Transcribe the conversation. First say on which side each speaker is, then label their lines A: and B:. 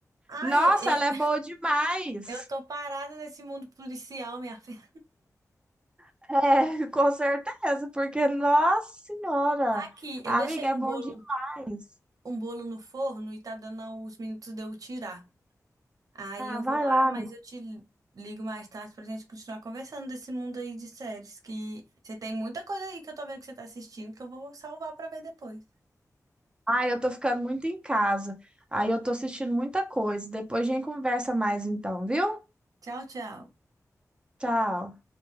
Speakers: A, on the right; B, on the right.
A: Ai,
B: Nossa,
A: e- e-
B: ela é boa demais.
A: eu tô parada nesse mundo policial, minha filha.
B: É, <laughs> com certeza, porque, nossa senhora,
A: Aqui,
B: amiga,
A: eu deixei
B: é
A: um
B: bom
A: bolo,
B: demais.
A: um bolo no forno e tá dando os minutos de eu tirar. Aí
B: Ah,
A: eu
B: vai
A: vou lá,
B: lá,
A: mas
B: amiga.
A: eu te ligo mais tarde pra gente continuar conversando desse mundo aí de séries, que você tem muita coisa aí que eu tô vendo que você tá assistindo que eu vou salvar pra ver depois.
B: Ah, eu tô ficando muito em casa. Aí eu tô assistindo muita coisa. Depois a gente conversa mais então, viu?
A: Tchau, tchau.
B: Tchau.